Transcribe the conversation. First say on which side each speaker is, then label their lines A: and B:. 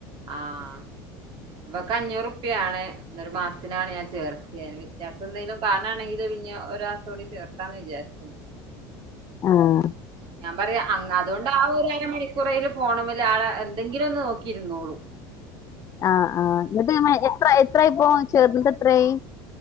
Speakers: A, on the right; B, on the left.
A: ആഹ ഇവെക്ക് അഞ്ഞൂറുപ്യണ് ഒരു മാസത്തിനാണ് ഞാൻ ചേർത്തിന്. വിത്യാസം എന്തെങ്കിലും കാണാണെങ്കില്ൽ പിന്നെ ഒരു മാസം കൂടി ചേർത്താന്ന് വിചാരിച്ചു..
B: ആ..
A: ഞാൻ പറയാ അങ്ങ് അതൊണ്ട് ആ ഒര് അര മണി.. കുറെൽ ഫോണ് മെൽ എന്തെങ്കിലും ഒന്ന് നോക്കിരുന്നോളൂ..
B: ആഹ് ആഹ് ഇന്നെട്ട് എത്ര എത്രായി ഇപ്പോ ചേർന്ന്ട്ട് എത്രായി..